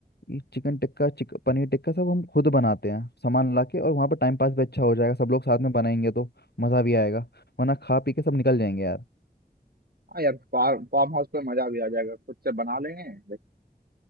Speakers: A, on the left; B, on the right.
A: ये चिकन टिक्का चिक पनीर टिक्का सब हम खुद बनाते हैं सामान ला के और वहाँ पर टाइम पास भी अच्छा हो जाएगा सब लोग साथ में बनाएंगे तो मज़ा भी आएगा वरना खा पी के सब निकल जाएंगे यार
B: हाँ यार फार्म फार्म हाउस पे मजा भी आ जाएगा खुद से बना लेंगे